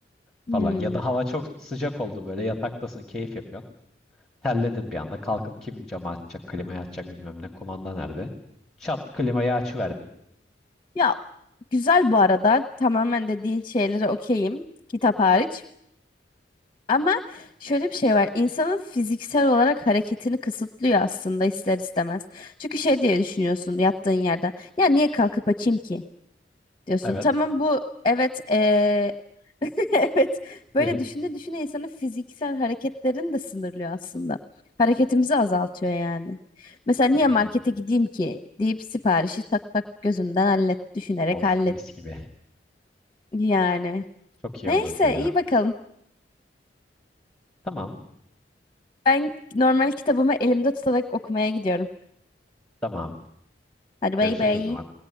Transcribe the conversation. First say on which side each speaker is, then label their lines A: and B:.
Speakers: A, in the centre; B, on the left.
A: falan.
B: Hmm.
A: Ya da hava çok sıcak oldu böyle yataktasın keyif yapıyorsun. Terledim bir anda kalkıp kim camı açacak klimayı açacak bilmem ne kumanda nerede. Çat klimayı açıverdin.
B: Ya Güzel bu arada. Tamamen dediğin şeylere okeyim. Kitap hariç. Ama şöyle bir şey var. İnsanın fiziksel olarak hareketini kısıtlıyor aslında ister istemez. Çünkü şey diye düşünüyorsun yattığın yerden. Ya niye kalkıp açayım ki? Diyorsun.
A: Evet.
B: Tamam bu evet eee, <laughs> evet
A: <laughs>
B: böyle düşüne düşüne insanın fiziksel hareketlerini de sınırlıyor aslında. Hareketimizi azaltıyor yani. Mesela niye
A: Hmm.
B: markete gideyim ki deyip siparişi tak tak gözünden hallet düşünerek
A: Of
B: hallet
A: mis gibi.
B: yani.
A: Çok iyi
B: Neyse
A: olurdu ya.
B: iyi bakalım.
A: Tamam,
B: Ben normal kitabımı elimde tutarak okumaya gidiyorum.
A: tamam.
B: Hadi bay
A: Görüşürüz
B: bay.
A: o zaman.